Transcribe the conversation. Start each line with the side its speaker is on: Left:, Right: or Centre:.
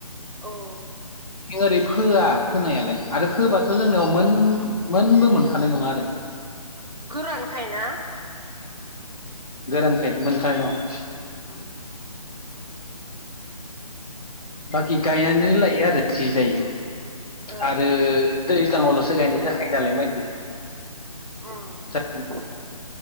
Right: औ
Left: ओरै फोआ फोनायालाय आरो फोबाथ' जोंनियाव मोनबो मोनखानाय नङा आरो।
Right: गोरानखाय ना
Left: गोरानखाय मोनखानाय नङा।
Right: ओम
Left: बाखि गायनानै लायो आरो जि जायो
Right: ओ
Left: आरो दै सिगाङावल'सो गायनाय जाखायो नालाय माइखौ।
Right: ओम
Left: जोंनियाव